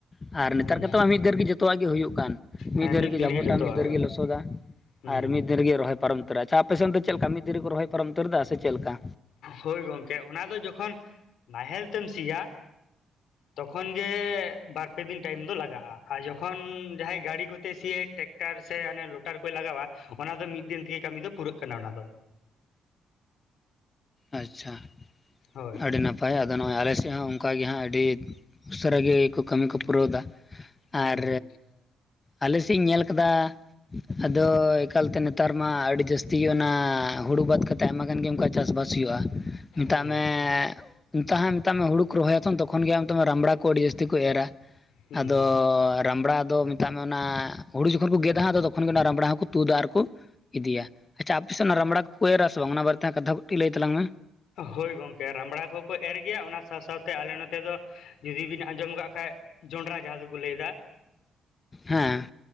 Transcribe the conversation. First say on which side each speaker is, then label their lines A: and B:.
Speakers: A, on the left; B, on the left.
A: ᱟᱨ ᱱᱮᱛᱟᱨ
B: ᱦᱩᱸ
A: ᱠᱟᱛᱮᱫ ᱢᱟ ᱢᱤᱫ ᱫᱷᱟᱹᱣ ᱨᱮᱜᱮ ᱡᱚᱛᱚᱣᱟᱜ ᱜᱮ ᱦᱩᱭᱩᱜ ᱠᱟᱱ ᱢᱤᱫ
B: ᱦᱮᱸ
A: ᱫᱷᱟᱹᱣ ᱨᱮᱜᱮ
B: ᱫᱤᱱ
A: ᱡᱟᱵᱚᱲᱟ
B: ᱡᱚᱛᱚᱣᱟᱜ
A: ᱢᱤᱫ ᱫᱷᱟᱹᱣ
B: ᱮᱠᱫᱚᱢ᱾
A: ᱨᱮ ᱜᱮ ᱞᱚᱥᱚᱫᱟ᱾
B: ᱦᱩᱸ
A: ᱟᱨ ᱢᱤᱫ ᱫᱤᱱ ᱨᱮᱜᱮ ᱨᱚᱦᱚᱭ ᱯᱟᱨᱚᱢ ᱩᱛᱟᱹᱨᱫᱟ ᱟᱨ ᱟᱯᱮᱥᱮᱫ ᱫᱚ ᱪᱮᱫ ᱞᱮᱠᱟ ᱢᱤᱫ ᱫᱤᱱ ᱨᱮᱠᱚ ᱨᱚᱦᱚᱭ ᱯᱟᱨᱚᱢ ᱩᱛᱟᱹᱨᱮᱫᱟ ᱥᱮ ᱪᱮᱫ ᱞᱮᱠᱟ?
B: ᱦᱳᱭ ᱜᱚᱢᱠᱮ ᱚᱱᱟ ᱫᱚ ᱡᱚᱠᱷᱚᱱ ᱱᱟᱦᱮᱞ ᱛᱮᱢ ᱥᱤᱭᱟ ᱛᱚᱠᱷᱚᱱ ᱜᱮ ᱵᱟᱨᱯᱮ ᱫᱤᱱ ᱴᱟᱭᱤᱢ ᱫᱚ ᱞᱟᱜᱟᱜᱼᱟ ᱟᱨ ᱡᱚᱠᱷᱚᱱ ᱡᱟᱦᱟᱸᱭ ᱜᱟᱹᱲᱤ ᱠᱚᱛᱮ ᱥᱮᱭᱟᱭ ᱴᱮᱠᱴᱟᱨ ᱥᱮ ᱦᱟᱱᱮ ᱞᱚ <unintelligible> ᱞᱟᱜᱟᱣᱟ ᱚᱱᱟ ᱫᱚ ᱢᱤᱫ ᱫᱤᱱ ᱛᱮᱜᱮ ᱠᱟᱹᱢᱤ ᱫᱚ ᱯᱩᱨᱟᱹᱜ ᱠᱟᱱᱟ ᱚᱱᱟ ᱫᱚ᱾
A: ᱟᱪᱪᱷᱟ
B: ᱦᱳᱭ
A: ᱟᱹᱰᱤ ᱱᱟᱯ ᱱᱟᱯᱟᱭ ᱟᱫᱚ ᱱᱚᱜᱼᱚᱭ ᱟᱞᱮᱥᱮᱫ ᱦᱚᱸ ᱚᱱᱠᱟ ᱜᱮ ᱦᱟᱸᱜ ᱟᱹᱰᱤ ᱩᱥᱟᱹᱨᱟ ᱜᱮ ᱠᱟᱹᱢᱤ ᱠᱚ ᱯᱩᱨᱟᱹᱣᱮᱫᱟ
B: ᱦᱩᱸ
A: ᱟᱨ ᱟᱞᱮ ᱥᱮᱫ ᱤᱧ ᱧᱮᱞ ᱠᱟᱫᱟ ᱟᱫᱚ ᱮᱠᱟᱞ ᱛᱮ ᱱᱮᱛᱟᱨ ᱢᱟ ᱟᱹᱰᱤ ᱡᱟᱹᱥᱛᱤ ᱚᱱᱟ ᱦᱩᱲᱩ ᱵᱟᱫ ᱠᱟᱛᱮᱫ ᱟᱭᱢᱟ ᱜᱟᱱ ᱜᱮ ᱚᱱᱠᱟ ᱪᱟᱥ ᱵᱟᱥ <unintelligible> ᱢᱮᱛᱟᱜ
B: ᱦᱩᱸ
A: ᱢᱮ᱾ <unintelligible> ᱢᱮ ᱦᱩᱲᱩ ᱠᱚ ᱨᱚᱦᱚᱭᱟ ᱛᱚ ᱛᱚᱠᱷᱚᱱ ᱜᱮ ᱢᱮᱛᱟᱢᱟ ᱨᱟᱢᱵᱽᱲᱟ ᱠᱚ ᱟᱹᱰᱤ ᱡᱟᱹᱥᱛᱤ ᱠᱚ ᱮᱨᱟ᱾
B: ᱦᱩᱸ
A: ᱟᱫᱚ ᱨᱟᱢᱲᱟ ᱫᱚ ᱢᱮᱛᱟᱜ ᱢᱮ ᱚᱱᱟ ᱦᱩᱲᱩ ᱡᱚᱠᱷᱚᱱ ᱠᱚ ᱜᱮᱫᱟᱼᱟ ᱛᱚᱠᱷᱚᱱ ᱜᱮ ᱚᱱᱟ ᱨᱟᱢᱵᱽᱲᱟ ᱦᱚᱸᱠᱚ ᱛᱩᱫᱟ ᱟᱨᱠᱚ ᱤᱫᱤᱭᱟ᱾ ᱟᱪᱪᱷᱟ ᱟᱯᱮ ᱥᱮᱱ ᱚᱱᱟ ᱨᱟᱢᱵᱽᱲᱟ ᱠᱚ ᱠᱚ ᱮᱨᱟ ᱥᱮ ᱵᱟᱝ ᱚᱱᱟ ᱵᱟᱨᱮ ᱛᱮ ᱠᱟᱛᱷᱟ ᱠᱟᱹᱴᱤᱡ ᱞᱟᱹᱭ ᱛᱟᱞᱟᱝ ᱢᱮ᱾
B: ᱦᱳᱭ ᱜᱚᱝᱠᱮ ᱨᱟᱢᱲᱟ ᱠᱚ ᱠᱚ ᱮᱨ ᱜᱮᱭᱟ ᱚᱱᱟ ᱥᱟᱶ ᱥᱟᱶᱛᱮ ᱟᱞᱮ ᱱᱚᱛᱮ ᱫᱚ ᱡᱩᱫᱤ ᱵᱤᱱ ᱟᱸᱡᱚᱢ ᱠᱟᱜ ᱠᱷᱟᱱ ᱦᱮᱸ ᱡᱚᱸᱰᱨᱟ ᱡᱟᱦᱟᱸ ᱫᱚᱠᱚ ᱞᱟᱹᱭᱫᱟ
A: ᱦᱮᱸ